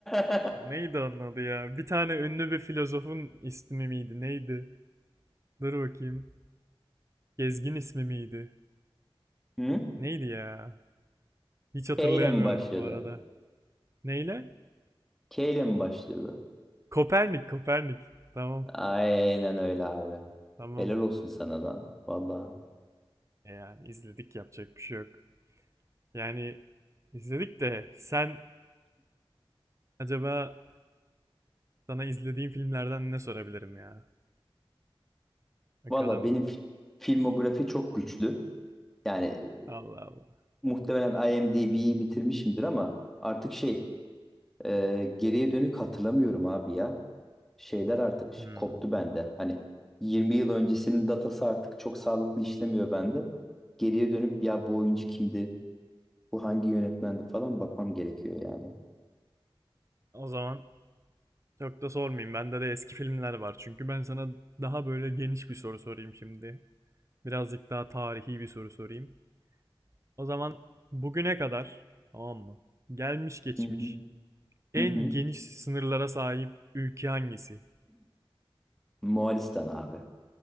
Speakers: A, in the centre; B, on the right (about 30°).
A: <laughs>
B: Neydi onun adı ya? Bir tane ünlü bir filozofun ismi miydi? Neydi? Dur bakayım. Gezgin ismi miydi?
A: Hı?
B: Neydi ya? Hiç hatırlayamıyorum
A: K ile mi başladı?
B: bu arada. Neyle?
A: K ile mi başladı?
B: Kopernik, Kopernik. Tamam,
A: Aynen öyle abi.
B: tamam.
A: Helal olsun sana lan. Valla.
B: E yani izledik yapacak bir şey yok. Yani izledik de sen acaba sana izlediğim filmlerden ne sorabilirim ya? Bakalım.
A: Valla benim fi- filmografi çok güçlü. Yani e,
B: Allah Allah.
A: muhtemelen IMDb'yi bitirmişimdir ama artık şey Ee, geriye dönük hatırlamıyorum abi ya. Şeyler artık ş-
B: Hmm.
A: koptu bende. Hani 20 yıl öncesinin datası artık çok sağlıklı işlemiyor bende. Geriye dönüp ya bu oyuncu kimdi? Bu hangi yönetmendi falan bakmam gerekiyor yani.
B: O zaman çok da sormayayım. Bende de eski filmler var. Çünkü ben sana daha böyle geniş bir soru sorayım şimdi. Birazcık daha tarihi bir soru sorayım. O zaman bugüne kadar tamam mı? Gelmiş geçmiş
A: Hı hı,
B: en
A: hı hı.
B: geniş sınırlara sahip ülke hangisi?
A: Moğolistan abi.